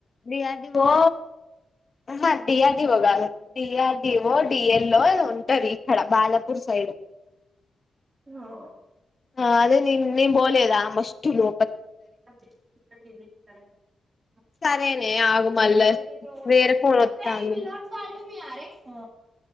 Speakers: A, on the left; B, on the right.
A: డి ఆర్ డి ఓ అహ డీఆర్డీఓ కాదు డీఆర్డిఓ డిఎల్ ఏదో ఉంటది ఇక్కడ బాలపూర్ సైడ్
B: హా
A: ఆ అదే నేం నేన్ బోలేదా మస్ట్ లో
B: అదే <unintelligible>
A: సరేనే ఆగు మళ్ళ
B: వై గెట్ యు ఓన్లీ
A: వేరే ఫోన్ వత్తాంది
B: హే will not fall to me అరే ఆ